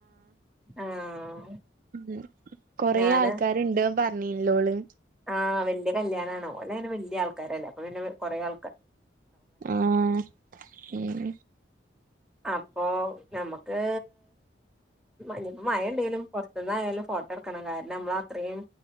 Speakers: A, in the centre; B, on the right.
A: ആഹ്
B: ഉം കൊറെ
A: ഞാന്
B: ആൾക്കാരുണ്ട് പറഞ്ഞീല്ലോള്.
A: ആഹ് വല്യാ കല്യാണാണ് ഓന് അയിന് വല്യാ ആൾക്കാരല്ലേ അപ്പം പിന്നെ കുറെ ആ
B: ആഹ് ഉം
A: അപ്പൊ നമുക്ക് ഇനിപ്പോ മഴണ്ടേലും പുറത്തുന്നായാലും ഫോ ക്കണം കാരണം നമ്മള് അത്രേയും